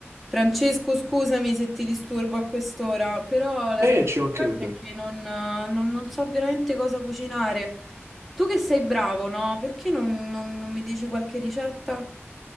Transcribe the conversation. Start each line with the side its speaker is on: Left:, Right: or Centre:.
Centre: Francesco, scusami se ti disturbo a quest'ora, però la
Right: Eh,
Centre: realtà
Right: ci mancherebbe.
Centre: dei fatti è che non, non- non so veramente cosa cucinare. Tu che sei bravo, no? Perché non, non- non mi dici qualche ricetta?